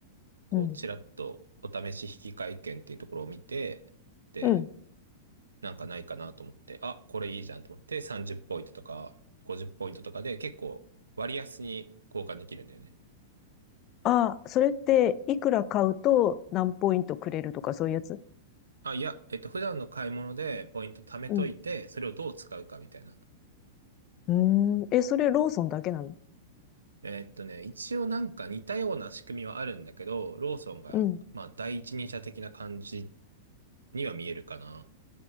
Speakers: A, on the right; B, on the left.
A: こう、
B: うん。
A: ちらっとお試し引き換え券っていうところを見て、で
B: うん。
A: なんかないかなと思って、あ、これいいじゃんと思って、30ポイントとか50ポイントとかで結構割安に交換できるんだよね。
B: あ、それっていくら買うと何ポイントくれるとかそういうやつ
A: あ、いや、えっと、普段の買い物でポイント貯めといて、
B: うん。
A: それをどう使うかみたいな。
B: うーん。え、それローソンだけなの
A: えっとね、一応なんか似たような仕組みはあるんだけど、ローソンが、
B: うん。
A: まあ、第一人者的な感じには見えるかな。